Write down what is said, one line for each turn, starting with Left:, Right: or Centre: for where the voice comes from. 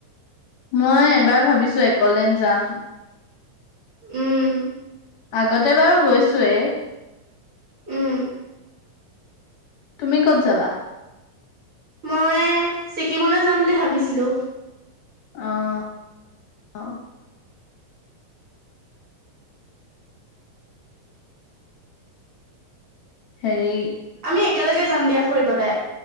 Left: মই এবাৰ ভাবিছো, একলে যাম।
Right: উম।
Left: আগতে বাৰু গৈছোৱেই।
Right: উম।
Left: তুমি ক'ত যাবা?
Right: মই, ছিকিমলৈ যাম বুলি ভাবিছিলো।
Left: অহ, অহ। সেই
Right: আমি একেলগে যাম দিয়া। ফুৰিবলে।